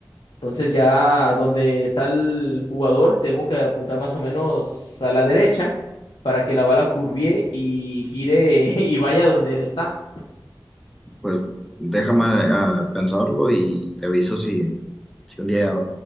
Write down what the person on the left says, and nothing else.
Entonces ya donde está el jugador, tengo que apuntar más o menos a la derecha para que la bala curvie y gire <laughs> y vaya donde él está.